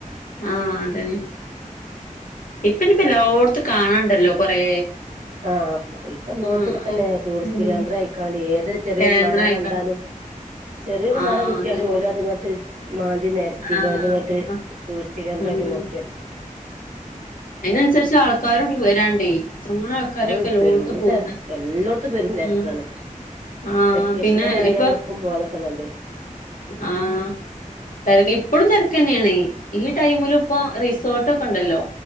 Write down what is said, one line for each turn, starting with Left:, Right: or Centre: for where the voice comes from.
Left: ആഹ് അതന്നെ ഇപ്പനിപ്പം എല്ലോടത്തും കാണാണ്ടല്ലോ കൊറേ
Right: ആഹ് ഇപ്പൊ എലോട്ത്ത്
Left: ഉം
Right: ഇതന്നെ ടൂറിസ്റ്റ്
Left: ഉം
Right: കേന്ദ്രം ആയിക്കാണ്ട് ഏതൊരു ചെറിയൊരു
Left: കേന്ദ്രായിക്കാണ്ട്
Right: മല കണ്ടാലും ചെറിയൊരു
Left: ആഹ്
Right: മല കിട്ടിയാല്
Left: അതന്നെ
Right: ഓല് അത് ഇങ്ങട്ട് മാന്തി നെരത്തിക്കാണ്ട്
Left: ആഹ്
Right: ഇങ്ങട്ട് ടൂറിസ്റ്റ് കേന്ദ്രാക്കി
Left: ഉം
Right: മാറ്റാ
Left: അയിനനുസരിച്ച് ആൾക്കാരുണ്ട് വരാണ്ടേയ് എത്രങ്ങാനും ആൾക്കാര
Right: അത്
Left: പ്പൊ എല്ലോട്ത്തും
Right: പെരും
Left: പോണഹ്
Right: തെര എല്ലോടത്തും പെരും തെരക്കാണ്
Left: ഉം ആഹ്
Right: വെക്കേഷനാണ്ടായ
Left: പിന്നെ ഇപ്പൊ
Right: എവിടക്കും പോവാതൊക്കെ നല്ലേ
Left: ആഹ് തരണി ഇപ്പളും തെരക്കെന്നെണയ് ഈ ടൈമിലും ഇപ്പൊ റിസോർട്ട് ഒക്കെണ്ടല്ലോ